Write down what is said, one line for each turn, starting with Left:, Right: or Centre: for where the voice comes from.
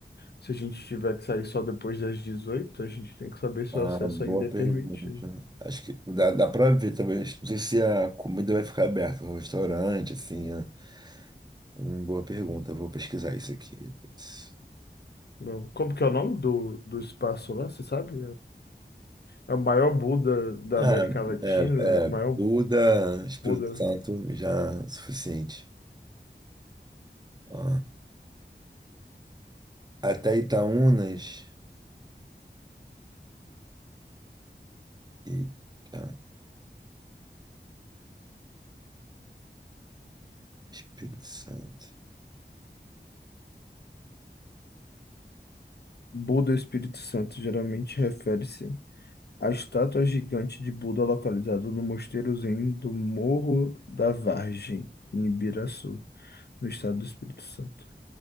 Left: se a gente tiver que sair só depois das 18, a gente tem que saber se
Right: Ah,
Left: o acesso
Right: boa
Left: ainda
Right: pergunta.
Left: é permitido.
Right: Acho que dá, dá para ver, talvez. Não sei se a comida vai ficar aberta, o restaurante, assim. né? Hum, Boa pergunta, vou pesquisar isso aqui. depois.
Left: Bom, Como que é o nome do, do espaço lá, você sabe? É o maior Buda da
Right: Ah,
Left: América Latina,
Right: é,
Left: o
Right: é,
Left: maior
Right: Buda, Espírito
Left: Buda.
Right: Santo, já é suficiente. Ó, até Itaúnas, Itaúnas, Espírito Santo.
Left: Buda Espírito Santo geralmente refere-se à estátua gigante de Buda localizada no mosteiro Zen do Morro da Vargem, em Ibiraçu, no estado do Espírito Santo.